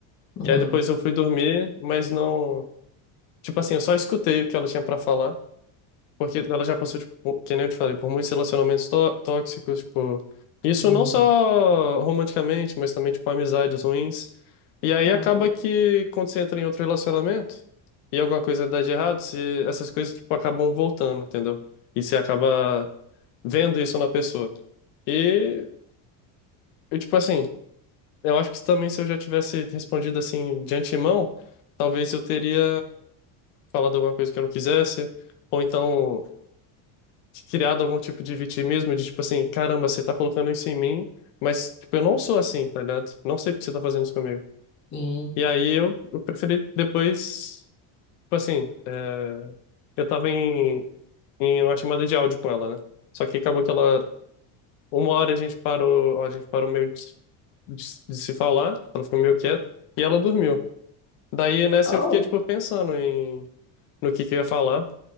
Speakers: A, on the left; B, on the left.
A: Uhum,
B: E aí depois eu fui dormir, mas não. Tipo assim, eu só escutei o que ela tinha pra falar. Porque ela já passou, tipo, por- que nem eu te falei, por muitos relacionamentos tó- tóxicos, tipo. Isso
A: uhum.
B: não só romanticamente, mas também, tipo, amizades ruins. E aí
A: Ah,
B: acaba
A: pô,
B: que quando você entra em outro relacionamento e alguma coisa dá de errado, você- essas coisas, tipo, acabam voltando, entendeu? E você acaba vendo isso na pessoa. E eu, tipo assim, eu acho que também se eu já tivesse respondido assim de antemão, talvez eu teria falado alguma coisa que eu não quisesse, ou então criado algum tipo de vitimismo de tipo assim, caramba, você tá colocando isso em mim, mas tipo, eu não sou assim, tá ligado? Não sei porque você tá fazendo isso comigo.
A: sim.
B: E aí eu, eu preferi depois, tipo assim, é, eu tava em, em uma chamada de áudio com ela, né? Só que acabou que ela Uma hora a gente parou, a gente parou meio de, de, de se falar, ela ficou meio quieta, e ela dormiu. Daí nessa
A: Oh,
B: eu fiquei, tipo, pensando em, no que que eu ia falar.